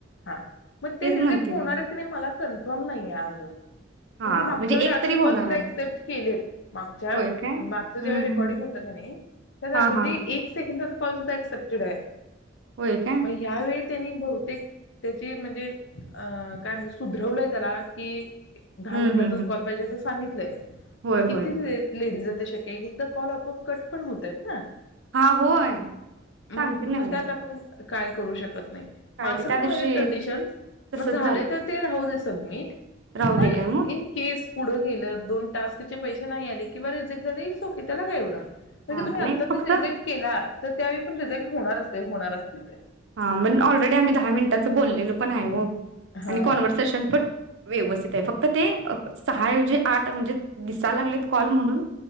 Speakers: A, on the left; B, on the right.
A: ह मग ते
B: तेच
A: रिजेक्ट
B: म्हणते
A: होणार
B: मी.
A: हेन नाही मला क कोण नाहीे अजून कारण
B: हा
A: की मागच्या
B: म्हणजे
A: वेळी
B: एक
A: असे
B: तरी होणार
A: कॉल सुद्धा
B: आहे.
A: एक्सेप्ट केले मागच्या
B: होय काय? हम्म
A: मागचं जे रेकॉर्डिंग
B: हम्म हम्म.
A: होतं का ना ते
B: हां
A: अगदी
B: हां
A: एक सेकंदाचं पण काय एक्सेप्टड आहे
B: होय काय?
A: म यावेळी त्यांनी बहुतेक त्याची म्हणजे अ काय म्हण सुधरवलंय त्याला की, दहा
B: हम्म
A: मिनटाचा
B: हम्म हम्म.
A: कॉल पाहिजे अस सांगितलेय
B: होय
A: पण किती
B: होय.
A: किती लेडीज लागती क एकदा कॉल अप अप कट पण होत आहेत ना
B: हा होय
A: म्हण
B: सांगते ना
A: मग
B: मी
A: त्यात आपण काय करू शकत नाही
B: काय
A: मां
B: त्या
A: पण
B: दिवशी
A: रा कंडिशन
B: तसच
A: मग झाले
B: झालं
A: तर ते राहू सबमिट
B: राहू
A: काय
B: दे मग
A: इन केस- पुढ गेलं दोन टास्कचे पैसे नाही आले किंवा रिजेक्ट झाल इट्स ओके त्याला काय एवढं म्हणी
B: हा
A: तुम्ही आत्ताच
B: नाही फक्त
A: रिजेक्ट केला तर त्यावेळी पण रिजेक्ट होणार असे होणार असतील ते
B: हा म्हण ऑलरेडी आम्ही दहा मिनिटाचं बोललेलो पण आहे हो
A: हा
B: आणि कॉन्व्हर्सेशन पण, व्यवस्थित आहे फक्त ते सहाऐवजी आठ म्हणजे दिसायला लागलेत कॉल म्हणून